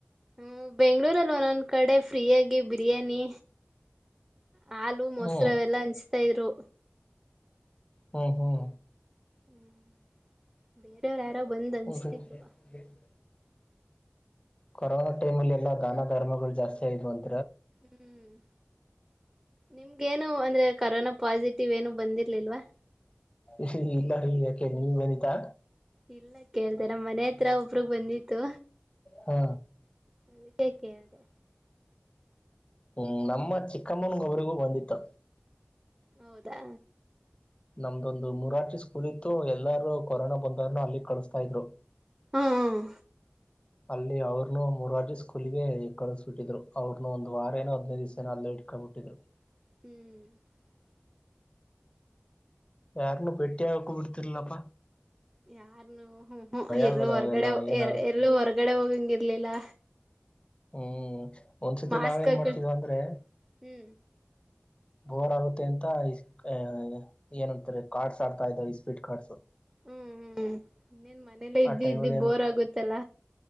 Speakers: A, on the right; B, on the left.
A: ಹ್ಮ್ ಬೆಂಗ್ಳೂರಲ್ ಒನೊನ್ ಕಡೆ ಫ್ರೀಯಾಗಿ ಬಿರಿಯಾನಿ ಹಾಲು ಮೊಸರವೆೆಲ್ಲಾ
B: ಹ್ಮ್
A: ಹಂಚ್ತಾ ಇದ್ರು
B: ಹೂಂ ಹೂಂ
A: ಹ್ಮ್
B: <unintelligible>
A: ಬೇರೆಯವ್ರ ಯಾರೋ ಬಂದ್ ಹಂಚ್ತಿದ್ರು
B: ಕೊರೋನಾ ಟೈಮಲ್ಲಿ ಎಲ್ಲಾ ದಾನ ಧರ್ಮಗಳು ಜಾಸ್ತಿ ಆಯಿತು ಅನ್
A: ಹ್ಮ್ ನಿಮ್ಗೇನು ಅಂದ್ರೆ ಕರೋನಾ ಪಾಸಿಟಿವ್ ಏನು ಬಂದಿರ್ಲಿಲ್ವಾ?
B: ಇಸಿ ಇಲ್ಲ ರೀ ಯಾಕೆ ನೀಮ್ಗ್ ಬಂದಿತ್ತಾ?
A: ಇಲ್ಲ ಕೇಳ್ದೆ ನಮ್ಮ್ ಮನೆ ಹತ್ರ ಒಬ್ರಗ್ ಬಂದಿತ್ತು.
B: ಹಾ
A: ಅದಿಕೆ ಕೇಳ್ದೆ.
B: ಹ್ಮ ನಮ್ಮ ಚಿಕ್ಕಮ್ಮನ್ಗ್ ಒಬ್ರಿಗು ಬಂದಿತ್ತು.
A: ಹೌದಾ
B: ನಮ್ದೊಂದು ಮೂರಾರ್ಜಿ ಸ್ಕೂಲ್ ಇತ್ತು ಎಲ್ಲಾರ್ನು ಕೊರೋನಾ ಬಂದವ್ರ್ನಾ ಅಲ್ಲಿಗ್ ಕಳಸ್ತಾ ಇದ್ರು.
A: ಹ್ಮ ಹ
B: ಅಲ್ಲಿ ಅವ್ರನ್ನು ಮೂರಾರ್ಜಿ ಸ್ಕೂಲಗೆ ಕಳಸ್ಬಿಟ್ಟಿದ್ರು ಅವ್ರನು ಒಂದ್ ವಾರ ನೋ ಹದ್ನೈ ದಿವ್ಸನ ಏನೋ ಅಲ್ಲೇ ಇಟ್ಕೊಂಡ್ ಬಿಟ್ಟಿದ್ರು.
A: ಹ್ಮ್
B: ಯಾರ್ನ್ನು ಬೆಟ್ಟಿ ಆಗಕು ಬಿಡ್ತಿರ್ಲಪ್ಪ.
A: ಯಾರ್ನು ಹು ಹು ಎಲ್ಲೂ
B: ಆಗದ
A: ಹೊರ್ಗಡೆ
B: ಅವೆಲ್ಲಾ ಏನಾಗುತ್ತೆ
A: ಎರ ಎಲ್ಲೂ ಹೊರ್ಗಡೆ ಹೋಗಂಗಿರ್ಲಿಲ್ಲ.
B: ಹ್ಮ್ ಒಂದ್ಸತಿ
A: ಮಾಸ್ಕ್
B: ನಾವೇನ್
A: ಹಾಕೊಂಡ್
B: ಮಾಡ್ತಿದ್ವ ಅಂದ್ರೆ
A: ಹ್ಮ್
B: ಬೋರ್ ಆಗುತ್ತೆ ಅಂತ ಈಸ್ ಆ ಏನಂತಾರೆ ಕಾರ್ಡ್ಸ್ ಆಡ್ತಾ ಇದ್ರ್ ಇಸ್ಪೀಟ್ ಕಾರ್ಡ್ಸ್.
A: ಹ್ಮ್ ಹ್ಮ್ ಇನ್ನೇನ್ ಮನೇಲೆ
B: ಆ
A: ಇದ್ದಿ
B: ಟೈಮಲ್ಲಿ
A: ಇದ್ದಿ
B: ಏನು
A: ಬೋರ್ ಆಗುತ್ತಲ್ಲ.